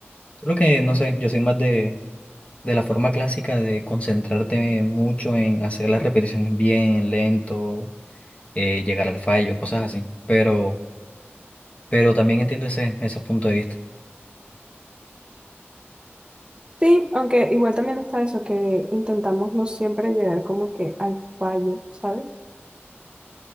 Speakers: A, on the left; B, on the right.
A: Solo que no sé, yo soy más de, de la forma clásica de concentrarte mucho en hacer las repeticiones bien, lento, eh, llegar al fallo, cosas así. Pero, pero también entiendo ese, ese punto de vista.
B: Sí, aunque igual también está eso, que intentamos no siempre llegar como que al fallo, ¿sabes?